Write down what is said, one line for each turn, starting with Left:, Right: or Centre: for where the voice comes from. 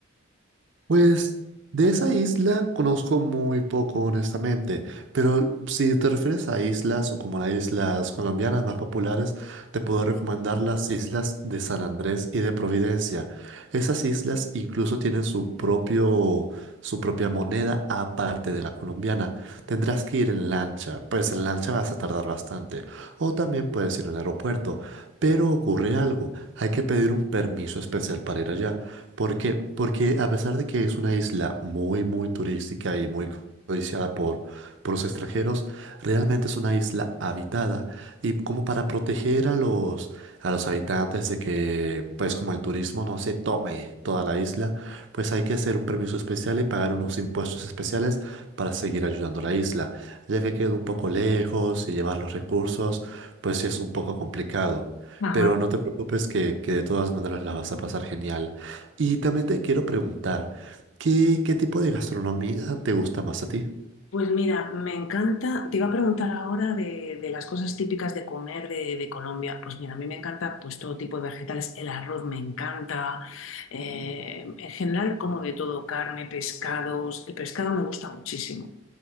Right: Pues de esa isla conozco muy poco, honestamente, pero si te refieres a islas o como las islas colombianas más populares, te puedo recomendar las islas de San Andrés y de Providencia. Esas islas incluso tienen su propio, su propia moneda aparte de la colombiana. Tendrás que ir en lancha, pues en lancha vas a tardar bastante, o también puedes ir en aeropuerto, pero ocurre algo, hay que pedir un permiso especial para ir allá. ¿Por qué? Porque a pesar de que es una isla muy, muy turística y muy codiciada por, por los extranjeros, realmente es una isla habitada. Y como para proteger a los, a los habitantes de que, pues como el turismo no se tome toda la isla, pues hay que hacer un permiso especial y pagar unos impuestos especiales para seguir ayudando a la isla. Ya que queda un poco lejos y llevar los recursos, pues sí es un poco complicado.
Left: Ajá.
Right: Pero no te preocupes que, que de todas maneras la vas a pasar genial. Y también te quiero preguntar, ¿qué, qué tipo de gastronomía te gusta más a ti?
Left: Pues mira, me encanta, te iba a preguntar ahora de, de las cosas típicas de comer de, de Colombia. Pues mira, a mí me encanta pues todo tipo de vegetales, el arroz me encanta, eh, en general como de todo, carne, pescados, el pescado me gusta muchísimo.